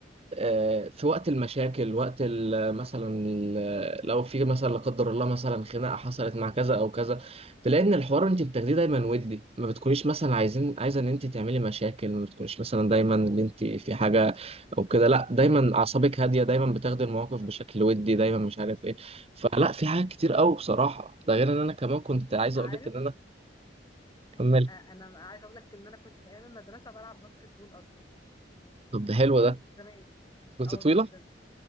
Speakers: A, on the right; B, on the left.
A: آه، في وقت المشاكل وقت ال- مثلا ال- لو في مثلا لا قدر الله مثلا خناقه حصلت مع كذا او كذا تلاقي ان الحوار انت بتاخديه دايما ودي ما بتكونيش مثلا عايزين عايزه ان انت تعملي مشاكل ما بتكونيش مثلا دايما ان انت في حاجه او كده لا دايما
B: ايوه صح
A: اعصابك هاديه دايما بتاخدي المواقف
B: صح.
A: بشكل ودي دايما مش عارف ايه فلا في حاجات كتير قوي بصراحه ده غير ان انا كمان كنت عايز
B: انت عارف
A: اقول لك ان انا كملت
B: آه، انا عايزه اقول لك ان انا كنت في ايام المدرسه بلعب باسكت بول اصلا
A: طب ده
B: بس
A: حلو
B: كنت
A: ده
B: زمان
A: كنت
B: اه
A: طويله
B: جدا